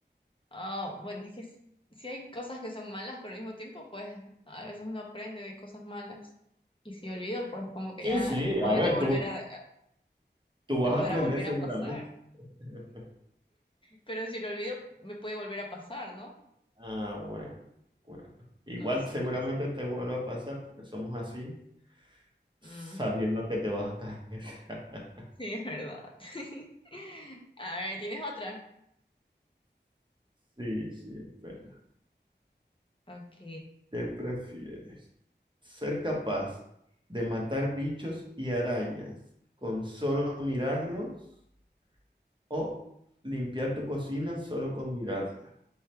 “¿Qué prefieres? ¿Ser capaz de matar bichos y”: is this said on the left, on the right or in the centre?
Right